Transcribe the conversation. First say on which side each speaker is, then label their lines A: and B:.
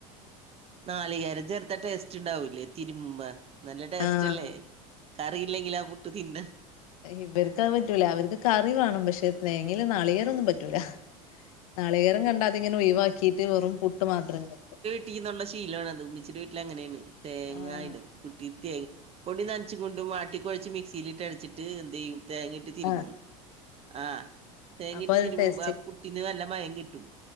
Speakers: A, on the right; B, on the left.
A: നാളികേരം ചേർത്ത ടേസ്റ്റ് ഉണ്ടാവൂലേ തിരുബുമ്പോ നല്ല ടേസ്റ്റ്അല്ലേ
B: ആഹ്
A: കറിയില്ലെങ്കിൽ ആ പുട്ട് തിന്ന
B: ഇവർക്ക അത് പറ്റൂല അവർക്ക് കറി വേണം പക്ഷെ തേങ്ങില നാളികരൊന്നും പറ്റൂല നാളികേരം കണ്ടാൽ അത് ഇങ്ങനെ ഒഴിവാക്കിട്ട് വെറും പുട്ട് മാത്രം വെക്കും
A: <unintelligible> ശീലണ അത് ഉമ്മച്ചിടെ വീട്ടിൽ അങ്ങനെയാണ് തേങ്ങായിടും
B: ആഹ്
A: കുട്ടി <unintelligible> പൊടി നനച്ച് കൊണ്ടും വാട്ടിക്കൊഴച്ച് മിക്സിയിലിട്ട് അടച്ചിട്ട് എന്ത് ചെയ്യും തേങ്ങയിട്ട് തിരുമ്പും
B: ആഹ്
A: ആഹ് തേങ്ങയിട്ട്
B: അപ്പൊ ഒരു
A: തിരുബുമ്പോ
B: ടേസ്റ്റ്
A: ട്ടിന് നല്ല മയം കിട്ടും